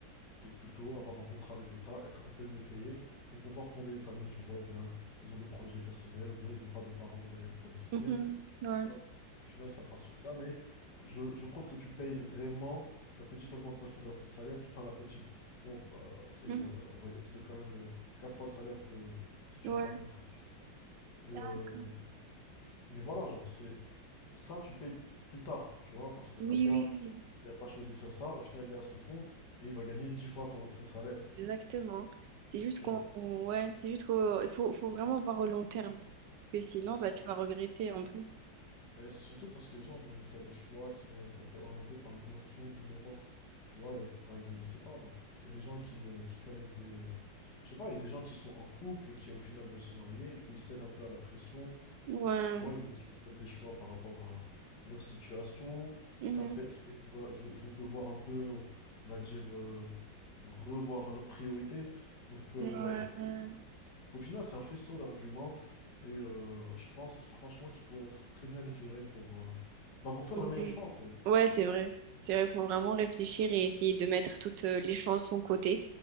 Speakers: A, on the left; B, on the right.
A: de plutôt avoir un contrat avec l'État, être un peu mieux payé pour pouvoir fonder une famille, tu vois, ou bien ils ont des projets personnels, ou bien ils n'ont pas de parents derrière pour les soutenir.
B: Mhm. Ouais.
A: Bon, Au final, ça part sur ça, mais je, je trouve que tu payes vraiment la petite augmentation de, la- de salaire. Tu, enfin, la petite. Bon, euh, c'est,
B: Mhm.
A: euh, on va dire que c'est quand même le, quatre fois le salaire que si tu
B: Ouais.
A: n'as pas de contrat. tu vois. Et,
B: D'accord.
A: euh, mais voilà, genre, c'est, ça, tu le payes plus tard, tu vois, parce qu'un
B: Oui,
A: gars
B: oui, oui.
A: qui n'a pas choisi de faire ça, au final, il est à son compte et il va gagner 10 fois ton, ton salaire,
B: Exactement. C'est juste
A: tu
B: qu'on
A: vois.
B: ouais, c'est juste qu'il faut, faut vraiment voir au long terme. Parce que sinon,
A: C'est
B: bah,
A: ça.
B: tu vas regretter un peu.
A: Mais c'est surtout parce que les gens vont faire des choix qui vont être un peu orientés par l'émotion du moment. Tu vois, il y a, par exemple, je sais pas moi, il y a des gens qui, euh, qui connaissent des... euh, je sais pas, il y a des gens qui sont en couple et qui au final veulent se marier, du coup ils cèdent un peu à la pression.
B: Ouais.
A: Tu, tu vois, ils vont devoir faire des choix par rapport à leur situation.
B: Mhm.
A: Ça pèse- ils vont, ils vont- ils vont devoir un peu, on va dire, euh, revoir leurs priorités. Donc, euh,
B: Ouais.
A: qu'au final, c'est un faisceau d'arguments et euh, je pense franchement qu'il faut être très bien éclairé pour, euh, bah, pour faire
B: Oui.
A: le meilleur choix en fait.
B: Ouais, c'est vrai. C'est vrai, faut vraiment réfléchir et essayer de mettre toutes euh, les chances de son côté,